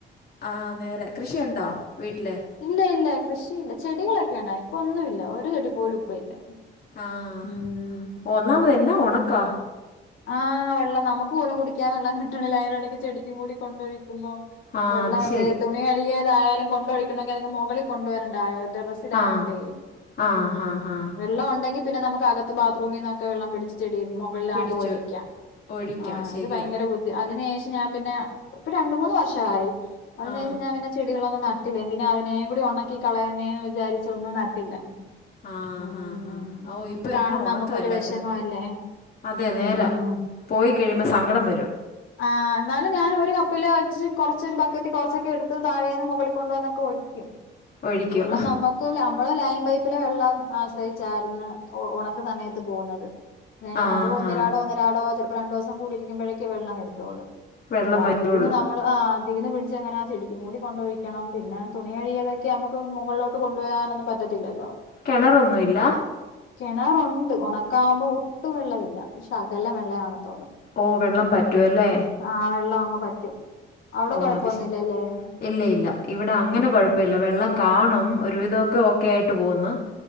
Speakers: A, on the left; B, on the left.
A: ആ നേരെ കൃഷിയുണ്ടോ? ണ്ടോ വീട്ടില്.
B: ഇല്ല ഇല്ല കൃഷിയില്ല ചെടികളൊക്കെയുണ്ടാ ഇപ്പൊ ഒന്നും ഇല്ല ഒരു ചെടി പോലും ഇപ്പ ഇല്ല.
A: ആഹ
B: ഉം
A: ഒന്നാമത് എന്നാ ഉണക്കാ
B: ആഹ് വെള്ളം നമുക്ക് പോലും കുടിക്കാൻ വെള്ളം കിട്ടണില്ല അനിടയ്ക്ക് ചെടിക്കും കൂടി കൊണ്ടഴി കുബം
A: ആ
B: വെള്ളാണ്ട്
A: അത് ശരി
B: തുണി കഴുകിയ ഇതായാലും കൊണ്ടൊഴിക്കണങ്കി അതിനു മുകളിൽ കൊണ്ടുവരണ്ടായോ ടെറസിലായോണ്ടേ
A: ആ ആ
B: ഉം
A: ഹാ ഹാ
B: വെള്ളം ഉണ്ടെങ്കി പിന്നേ നമുക്ക് അകത്ത് ബാത്റൂമിന്നൊക്കെ വെള്ളം പിടിച്ച് ചെടി മൊകൾലാ
A: പിടിച്ചു
B: ഒഴിക്കാ
A: ഒഴിക്കാം
B: ആ
A: ശരിയാ
B: ഇത് ഭയങ്കര ബുദ്ധി അതിന് പക്ഷെ ഞാൻ പിന്നെ ഇപ്പം രണ്ട് മൂന്ന് വർഷമായി അതിന്
A: ആ
B: ശേഷം ഞാൻ പിന്നെ ചെടികളന്നും ന ട്ടില്ല എന്തിനാ അതിനേ കൂടി ഒണക്കി കളയണേന്ന് വിചാരിച്ച ഒന്നും നട്ടില്ല.
A: ആഹ
B: ഉം
A: ഹാ ഹാ ഹാ ഓ ഇപ്പൊ
B: ഇത്
A: എന്നാ
B: കാണുമ്പോ
A: ഉണക്കാ
B: നമുക്കൊരു
A: എല്ലാത്തിനും.
B: വിഷമല്ലേ
A: അതെ നേരാ
B: ഉം
A: പോയി കഴിയുമ്പോ സങ്കടം വരും
B: ആ എന്നാലും ഞാൻ ഒരു കപ്പില് അരിച്ച് കുറച്ചൊരു ബക്കറ്റി കൊ റച്ചൊക്കെ എടുത്ത് താഴേന്ന് മുകളിൽ കൊണ്ട്‌ വന്നൊക്കെ ഒഴിക്കും
A: ഒഴിക്കും
B: വെള്ളം നമ്മുക്ക് നമ്മള് ലൈൻ പൈപ്പി പൈപ്പിലെ വെള്ളം ആശ്രയിച്ചാരന്ന് ഉണക്ക സമയത്ത് പോകുന്നത് <unintelligible>
A: ആ
B: ഒന്നിരാടോ
A: ഹാ
B: ഒന്നിരാടോ ചെലപ്പോ ഇപ്പോ രണ്ട് ദിവസം കൂടി ഇരിക്കുമ്പോഴെക്കെ വെള്ളംവരുത്തൊള്ളൂ
A: വെള്ളം
B: അപ്പൊ
A: വരുള്ളൂ
B: അതീന്ന് നമ്മള് ആ തീന്ന് പിടിച്ചെങ്ങനാ ചെടിക്കും കൂടി കൊണ്ടൊഴിക്കണം പിന്നെ തുണി കഴിയാലൊക്കെ നമുക്ക് മുകളിലോട്ട് കൊണ്ടു പോകാനൊ ന്നും പറ്റത്തില്ലല്ലോ
A: കെണറൊന്നുമില്ല
B: കെണറുണ്ട് ഉണക്കാവുമ്പോ ഒട്ടും വെള്ളമില്ല ശകലം വെള്ളം കാണത്തൊള്ളൂ
A: ഓ വെള്ളം
B: ഉം
A: പറ്റുമല്ലേ
B: ആ വെള്ളം ആ പറ്റും അവിടെ
A: ഓ
B: കൊഴപ്പൊന്നുമില്ലല്ലേ
A: അത് ശ് ഇല്ല ഇല്ല ഇവിടെ അങ്ങനെ കൊഴപ്പില്ല വെള്ളം കാണും ഒരു വിധം ഇതൊക്കെ ഓക്കെ ആയിട്ട് പോന്നു